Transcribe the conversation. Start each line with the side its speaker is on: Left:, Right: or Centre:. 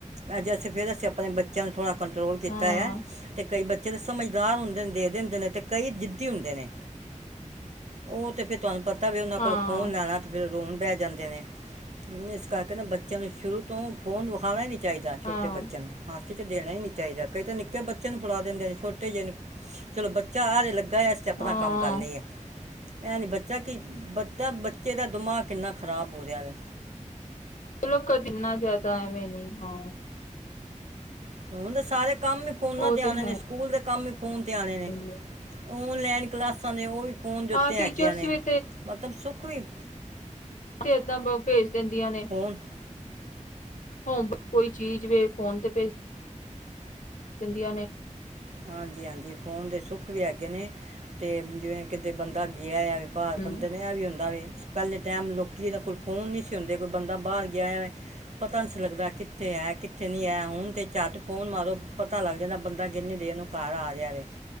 Right: ਅੱਜ ਅਸੀਂ ਫੇਰ ਅਸੀਂ ਆਪਣੇ ਬੱਚਿਆਂ ਨੂੰ ਥੜ੍ਹਾ ਕੰਟਰੋਲ ਕੀਤਾ
Left: ਹਾਂ
Right: ਹੈ ਅਤੇ ਕਈ ਬੱਚੇ ਦੇ ਸਮਝਦਾਰ ਹੁੰਦੇ ਨੇ ਦੇ ਦੇ ਹੁੰਦੇ ਨੇ ਤੇ ਕਈ ਜਿੱਦੀ ਹੁੰਦੇ ਨੇ ਉਹ ਤੇ ਫੇਿਰ ਤੁਹਾਨੂੰ ਪਤਾ ਵੀ ਉਹਨਾਂ
Left: ਹਾਂ
Right: ਕੋਲ ਫੋਨ ਲੈਣਾ ਤੇ ਫ ਰੋ ਬਹਿ ਜਾਂਦੇ ਨੇ ਇਸ ਕਰਕੇ ਨਾ ਬੱਚਿਆਂ ਨੂੰ ਸ਼ੁਰੂ ਤੋਂ ਫੋਨ ਵਿਖਾਉਣਾ ਹੀ ਨਹੀਂ ਚਾਹੀਦਾ ਛੋਟੇ
Left: ਹਾਂ
Right: ਬੱਚਿਆਂ ਨੂੰ ਹਾਂ ਚ ਦੇਣਾ ਹੀ ਨੀ ਚਾਹੀਦਾ ਕਈ ਤਾਂ ਨਿੱਕੇ ਬੱਚੇ ਨੂੰ ਫੜਾ ਦਿੰਦੇ ਨੇ ਛੋਟੇ ਜਿਹੇ ਨੂੰ ਚਲੋ ਬੱਚਾ ਹਾਰੇ ਲੱਗੇ ਕਸਟ ਆਪਣਾ
Left: ਹਾਂ
Right: ਕੰਮ ਕਰਨ ਲਈ ਆ ਐ ਨੀ ਬੱਚਾ ਕੀ ਬੱਚਾ ਬੱਚੇ ਦਾ ਦਿਮਾਗ ਕਿੰਨਾ ਖ਼ਰਾਬ ਹੋ ਰਿਹਾ ਵ
Left: ਚਲੋ ਕ ਇਨਾ ਜ਼ਿਆਦਾ ਐਵੇਂ ਨੀ ਹਾਂ
Right: ਹੁਣ ਤੇ ਸਾਰੇ ਕੰਮ ਹੀ ਫੋਨਾਂ
Left: ਉਹ
Right: ਦੇ
Left: ਤੇ
Right: ਆਉਣੇ
Left: ਹੈ
Right: ਨੇ ਸਕੂਲ ਦੇ ਕੰਮ ਹੀ ਫੋਨ 'ਤੇ ਆਉਣੇ
Left: ਹੀ।
Right: ਨੇ ਔਨਲਾਈਨ ਕਲਾਸਾਂ ਦੇ ਉਹ ਵੀ ਫੋਨ ਦੇ
Left: ਹਾਂ
Right: ਉੱਤੇ
Left: ਟੀਚਰਸ
Right: ਹੈਗੀਆਂ ਨੇ
Left: ਵੀ
Right: ਮਤਲਬ ਸੁ ਕੁਵੀਬ
Left: ਸਿਹਤਾਂ ਭੇਜ ਦਿੰਦੀਆਂ ਨੇ
Right: ਫੋਨ
Left: ਹੁ ਕੋਈ ਚੀਜ਼ ਵ ਫੋਨ ਤੇ ਭੇਜ ਦਿੰਦੀਆਂ ਨੇ
Right: ਹਾਂਜੀ ਹਾਂਜੀ ਫੋਨ ਦੇ ਸੁੱਖ ਵੀ ਹੈਗੇ ਨੇ ਤੇ ਜਿਵੇਂ ਕਿਤੇ ਬੰਦਾ ਗਿਆ ਆ ਬਾਹਰ
Left: ਹੂੰ-ਹੂੰ-ਹੂੰ
Right: ਬੰਦੇ ਨੇ ਵੀ ਆਉਦਾ ਵੀ ਪਹਿਲੇ ਟਾਈਮ ਲੋਕੀ ਤਾਂ ਕੋਈ ਫੋਨ ਨਹੀਂ ਸੀ ਹਉਦੇ ਕੋਈ ਬੰਦਾ ਬਾਹਰ ਗਿਆ ਹੋ ਪਤਾ ਨਹੀਂ ਸੀ ਲਗਦਾ ਕਿੱਥੇ ਹੈ ਕਿੱਥੇ ਨਹੀਂ ਹੈ ਹੁਣ ਤੇ ਚੱਟ ਫੋਨ ਮਾਰੋ ਪਤਾ ਲੱਗ ਜਾਂਦਾ ਬੰਦਾ ਕਿੰਨੀ ਦੇਰ ਨੂੰ ਕਾਰ ਆ ਜਾਹਾ ਵ